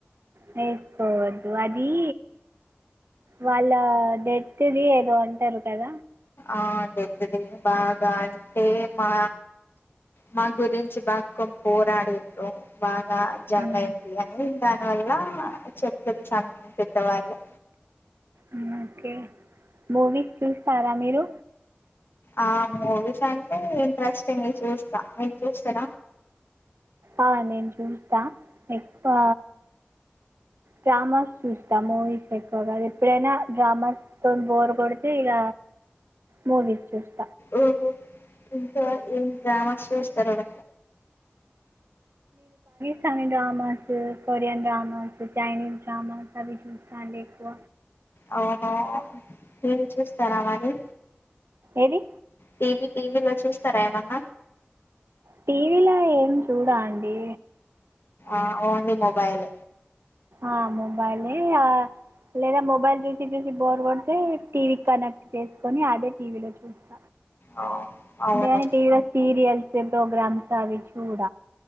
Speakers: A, on the right (about 80°); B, on the left (about 65°).
A: వేసుకోవద్దు అది వాళ్ళ డెత్ద ది ఏదో అంటరు కద
B: ఆ డెత్ ది బాగా అంటే మా మా గురించి బ పోరాదుర్రూ బాగా జంగ
A: ఉమ్. ఆహా.
B: అయింది అని దాని వల్ల చపుతరు సామెతలు పెద్దవాళ్ళు
A: ఉమ్, ఓకే మూవీస్ చూస్తారా మీరు
B: ఆ మూవీస్ అంటే ఇంట్రెస్ట్ చూస్త మీకు చూస్తర
A: ఆ నేను చూస్త ఎక్కువ డ్రామాస్ చూస్త మూవీస్ ఎక్కువగా ఎప్పుడైనా డ్రామాస్ తో బోర్ కొడితే ఇగ మూవీస్ చూస్త
B: ఓహో ఇంకా ఏం గ్రామస్ూ స్రమన
A: కని dramas Korean dramas Chinese dramas అవి చూస్త అండి ఎక్కువ
B: అవున మీరు చూస్తారా అవన్నీ
A: ఎది
B: టీవీ టీవీ లో చూసతర ఏమన్న
A: టీవీ ల ఏం చూడ అండి
B: ఆ ఓన్లీ మొబైల్
A: ఆ మొబైలే లేదా మొబైల్ చూసి చూసి బోర్ వడ్తే టీవీ కనెక్ట్ చేసుకొని అదే టీవీలో చూస్త
B: ఆ అవును
A: దేని టీవీలో సీరియల్ ప్రోగ్రామ్స్ అవి చూడ